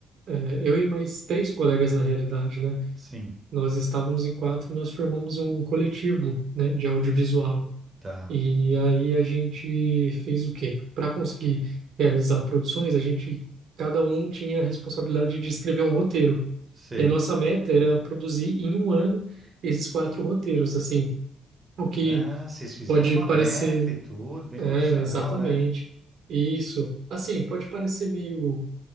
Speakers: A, on the right (about 65°); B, on the right (about 20°).
A: é, eu e mais três colegas, na realidade, né?
B: sim,
A: Nós estávamos em quatro e nós formamos um coletivo, né, de audiovisual.
B: tá,
A: E aí a gente fez o quê? Para conseguir realizar produções, a gente cada um tinha a responsabilidade de escrever um roteiro.
B: sei.
A: E a nossa meta era produzir em um ano esses quatro roteiros, assim, o que
B: Ah, vocês fizeram
A: pode
B: uma
A: parecer,
B: meta e tudo, bem
A: é,
B: profissional,
A: exatamente.
B: né?
A: Isso, assim, pode parecer meio,